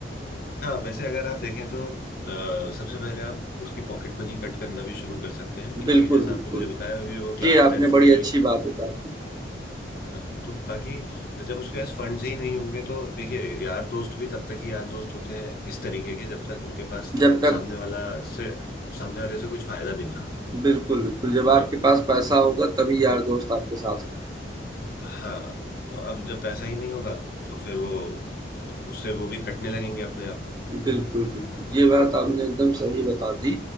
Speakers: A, on the left; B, on the right.
A: हाँ वैसे अगर आप देखें तो अ, सबसे पहले आप उसकी पॉकेट मनी कट करना भी शुरू कर सकते हैं क्योंकि
B: बिल्कुल,
A: जैसा
B: बिल्कुल।
A: आपने मुझे बताया अभी वो क्लास
B: जी, आपने
A: टेंथ
B: बड़ी
A: में ही
B: अच्छी
A: है
B: बात बता दी।
A: हाँ, तो ताकि जब उसके पास फंड्स ही नहीं होंगे तो देखिए यार दोस्त भी तब तक ही यार दोस्त होते हैं इस तरीके के जब तक उनके पास
B: जब तक
A: सामने वाला से सामने वाले से कुछ फायदा मिल रहा हो।
B: बिल्कुल, बिल्कुल, जब
A: ठीक
B: आपके
A: है
B: पास पैसा
A: अब-
B: होगा तभी यार दोस्त आपके साथ रहेंगे।
A: हाँ तो अब जब पैसा ही नहीं होगा तो फिर वो उससे वो भी कटने लगेंगे अपने आप
B: बिल्कुल, बिल्कुल। ये बात आपने एकदम सही बता दी